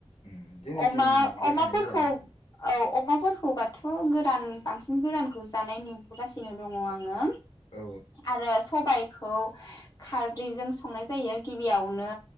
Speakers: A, on the left; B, on the left.
A: उम जोंनिथिं
B: अमा
A: गोथाङैनो
B: अमाफोरखौ
A: जानो
B: औ अमाफोरखौबाथ' गोरान बांसिन गोरानखौ जानाय नुबोगासिनो दङ आङो
A: औ
B: आरो सबाइ खौ खारैजों संनाय जायो गिबियावनो